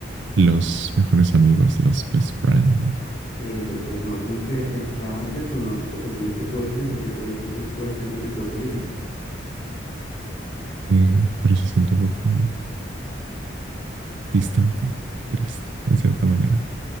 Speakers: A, on the right; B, on the left.
A: los mejores amigos, los best friends, ¿no?
B: Sí, exacto, es más como que estás, te conozco, estás en mis recuerdos, yo sé que estoy en tus, recuer- en tus recuerdos y listo.
A: Eh, pero se siente un poco distante, triste, en cierta manera.